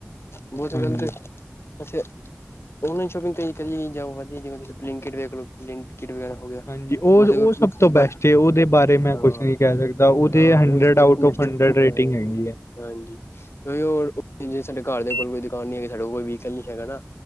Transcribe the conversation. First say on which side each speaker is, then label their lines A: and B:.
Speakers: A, on the left; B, on the left.
A: ਬਹੁਤ ਗਲਤ
B: ਹਾਂਜੀ
A: ਗਲ ਏ। ਔਨਲਾਈਨ ਸ਼ੋਪਿੰਗ ਕਰੀ ਜਾ ਵੀਆ ਬਲਿੰਕਿਟ ਵੇਖਲੋ ਬਲਿੰਕਿਟ ਵਗੈਰਾ ਹੋ ਗਿਆ
B: ਹਾਂਜੀ! ਉਹ
A: ਉਹਦੇ
B: ਉਹ ਸਭ ਤੋਂ ਬੈਸਟ
A: ਬਾਰ
B: ਏ, ਉਹਦੇ ਬਾਰੇ ਮੈਂ
A: ਹਾਂ
B: ਕੁਛ ਨਹੀਂ ਕਹਿ ਸਕਦਾ, ਉਹਦੇ
A: ਉਹ
B: ਹੰਡਰਡ
A: ਇੱਕ
B: ਆਊਟ
A: ਮਿੰਟ
B: ਟੁ ਹੰਡਰਡ
A: ਚ
B: ਰੇਟਿੰਗ
A: ਹਾਂ
B: ਹੈਗੀ ਐ।
A: ਹਾਂਜੀ, ਉ ਹੋਰ ਜ ਸਾਡੇ! ਘਰ ਦੇ ਕੋਲ ਕੋਈ ਦੁਕਾਨ ਨੀ ਹੈਗੀ, ਸਾਡੇ ਕੋਈ ਵੀਹੀਕਲ ਨੀ ਹੈਗਾ ਨਾ